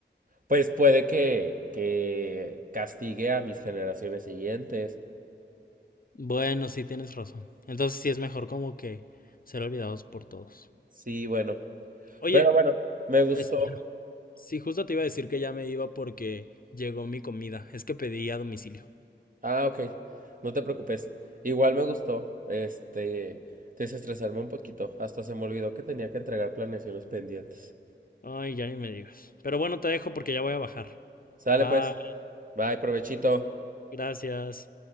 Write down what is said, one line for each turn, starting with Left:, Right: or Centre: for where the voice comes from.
Right: pues puede que, que castigue a mis generaciones siguientes.
Left: Bueno, sí, tienes razón. Entonces sí es mejor como que ser olvidados por todos.
Right: Sí, bueno.
Left: Oye,
Right: Pero bueno, me gustó.
Left: es- Sí, justo te iba a decir que ya me iba porque llegó mi comida. Es que pedí a domicilio.
Right: Ah, ok. No te preocupes. Igual me gustó, este, desestresarme un poquito. Hasta se me olvidó que tenía que entregar planeaciones pendientes.
Left: Ay, ya ni me digas. Pero bueno, te dejo porque ya voy a bajar.
Right: Sale
Left: Bye,
Right: pues. Bye, provechito.
Left: gracias.